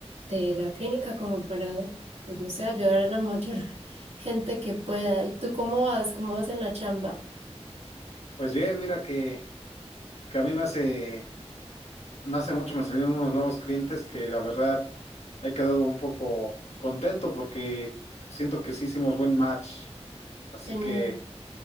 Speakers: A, on the right; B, on the left.
A: de la clínica como para, pues no sé, ayudar a la mayor <laughs> gente que pueda. ¿Y tú cómo vas? ¿Cómo vas en la chamba?
B: Pues bien, mira que, que a mí me hace, no hace mucho me salieron unos nuevos clientes que la verdad he quedado un poco contento porque siento que sí hicimos buen match. Así
A: Genial.
B: que...